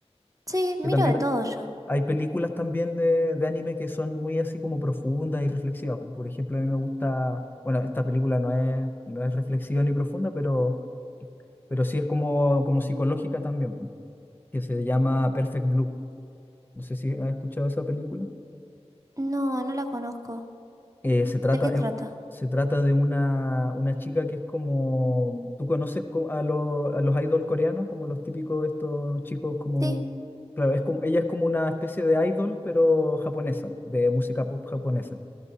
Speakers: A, on the right (about 30°); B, on the left (about 20°).
A: Sí, miro
B: Que también
A: de todo yo.
B: hay películas también de, de anime que son muy así como profundas y reflexivas. Por ejemplo, a mí me gusta, bueno, esta película no es, no es reflexiva ni profunda, pero, pero sí es como, como psicológica también, pu, que se llama Perfect Blue. No sé si has escuchado esa película.
A: No, no la conozco.
B: Eh, se trata,
A: ¿De qué
B: eh,
A: trata?
B: se trata de una, una chica que es como, ¿tú conoces co- a, lo- a los idol coreanos? Como los típicos estos chicos como,
A: Sí.
B: claro, es como, ella es como una especie de idol, pero japonesa, de música pop japonesa.